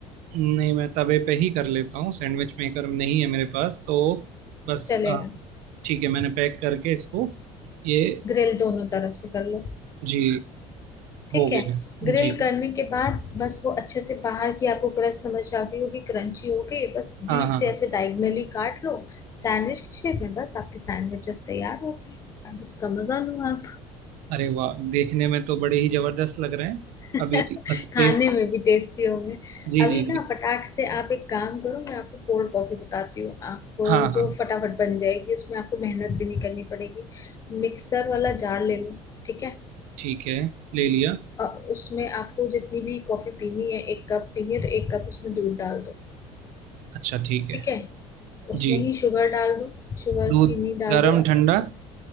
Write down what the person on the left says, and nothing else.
चलेगा
ग्रिल दोनों तरफ से कर लो
ठीक
है
ग्रिल
करने के बाद बस वो अच्छे से बाहर की आपको क्रस्ट समझ आ गई होगी क्रंची हो गई बस
बीच
से
ऐसे डायगनली काट लो सैंडविच की शेप में बस आपके सैंडविचेस तैयार हो गए अब उसका मजा लो आप
<laughs>
खाने
में भी टेस्टी होंगे
अभी
ना फटाक से आप एक काम करो मैं आपको कोल्ड कॉफी बताती हूँ आप
जो फटाफट बन जाएगी उसमें आपको मेहनत भी नहीं करनी पड़ेगी मिक्सर वाला जार ले लो ठीक है
अ, उसमें आपको जितनी भी कॉफी पीनी है एक कप पीनी है तो एक कप उसमें दूध डाल दो
ठीक है उसमें
ही शुगर डाल दो शुगर
चीनी डाल
दो